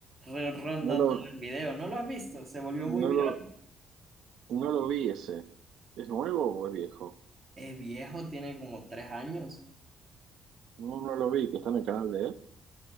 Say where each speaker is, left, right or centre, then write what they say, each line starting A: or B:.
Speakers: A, on the right; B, on the right.
A: re- ronda
B: no lo,
A: todo el video. ¿No lo has visto? Se volvió
B: no
A: muy viral.
B: lo, no lo vi ese. ¿Es nuevo o es viejo?
A: Es viejo, tiene como tres años.
B: No, no lo vi, que está en el canal de él.